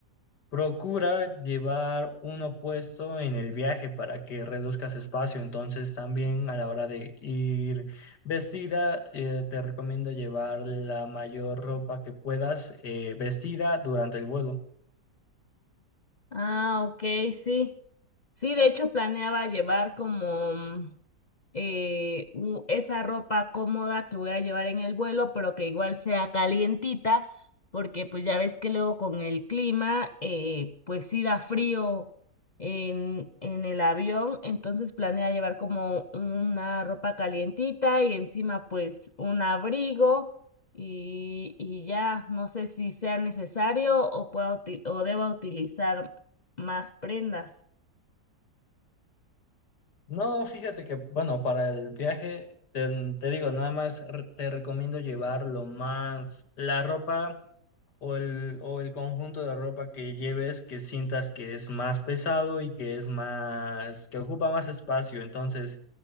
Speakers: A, on the left; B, on the left.
A: procura llevar uno puesto en el viaje para que reduzcas espacio. Entonces también a la hora de ir vestida, eh, te recomiendo llevar la mayor ropa que puedas eh, vestida durante el vuelo.
B: Ah, ok, sí. Sí, de hecho planeaba llevar como mm, eh, u- esa ropa cómoda que voy a llevar en el vuelo, pero que igual sea calientita, porque pues ya ves que luego con el clima, eh, pues sí da frío en, en el avión, entonces planea llevar como una ropa calientita y encima pues un abrigo y, y ya no sé si sea necesario o pueda uti- o deba utilizar más prendas.
A: No, fíjate que, bueno, para el viaje, te, te digo, nada más re- te recomiendo llevar lo más, la ropa o el, o el conjunto de ropa que lleves, que sientas que es más pesado y que es más, que ocupa más espacio. Entonces,